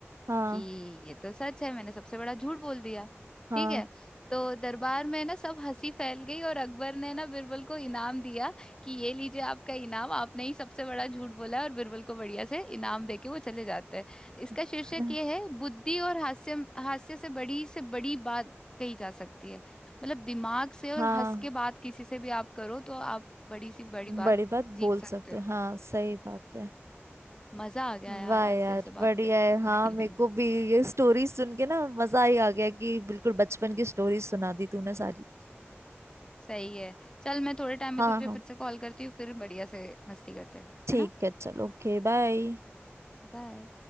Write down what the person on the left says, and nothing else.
कि ये तो सच है मैंने सबसे बड़ा झूठ बोल दिया
ठीक है तो दरबार में ना सब हंसी फैल गई और अकबर ने ना बिरबल को इनाम दिया कि ये लीजिए आपका इनाम आपने ही सबसे बड़ा झूठ बोला है और बिरबल को बढ़िया से इनाम देके वो चले जाते हैं इसका
शीर्षक
ये है बुद्धि और हास्य हास्य से बड़ी से बड़ी बात कही जा सकती है मतलब दिमाग से और
हंस के बात किसी से भी आप करो तो आप बड़ी सी बड़ी बात
जीत
सकते
हो
मजा आ गया यार
आज
तेरे से बात
करके
<laughs>
सही है चल मैं थोड़े टाइम में
तुझे
फिर से कॉल करती हूँ फिर बढ़िया से मस्ती करते हैं
है ना
बाय